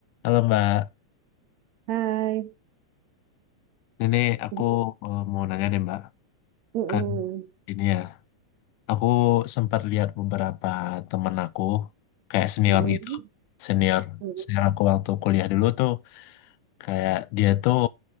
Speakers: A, on the left; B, on the right.
A: Halo Mbak,
B: Hai,
A: ini aku
B: Di-
A: eh, mau nanya deh Mbak,
B: Mm-mm.
A: kan ini ya, aku sempat lihat beberapa temen aku, kayak senior
B: Mm-mm.
A: gitu, senior,
B: Mm-mm.
A: senior aku waktu kuliah dulu tuh, kayak dia tuh,